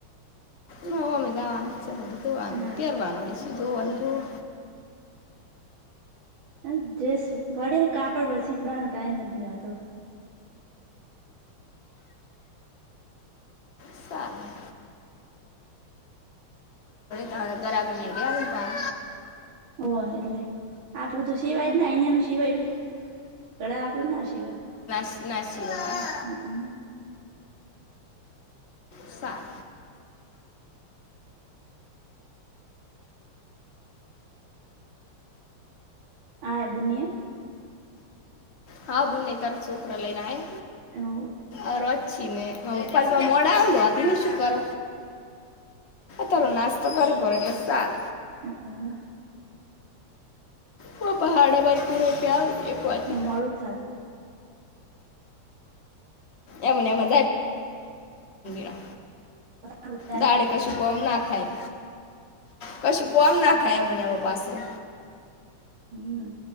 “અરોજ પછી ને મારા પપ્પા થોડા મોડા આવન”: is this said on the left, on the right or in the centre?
Left